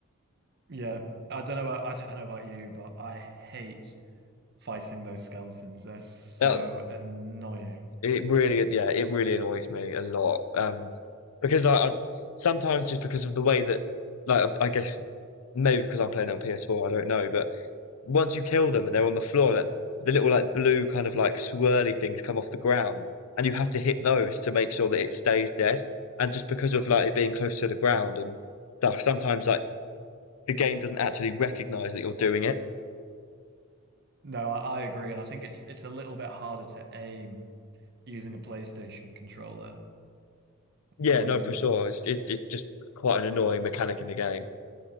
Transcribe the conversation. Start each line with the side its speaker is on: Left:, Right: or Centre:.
Right: Yeah. I don't know about I don't know about you, but I hate fighting those skeletons. They're so
Left: That
Right: annoying.
Left: it really yeah it really annoys me a lot. Um, because I, I sometimes just because of the way that like I guess maybe because I'm playing it on PS4, I don't know, but once you kill them and they're on the floor, like the little like blue kind of like swirly things come off the ground, and you have to hit those to make sure that it stays dead. And just because of like it being close to the ground and stuff, sometimes like the game doesn't actually recognize that you're doing it.
Right: No, I, I agree, and I think it's it's a little bit harder to aim using a PlayStation controller.
Left: Yeah,
Right: Um,
Left: no, for sure. It's it, it's just quite an annoying mechanic in the game.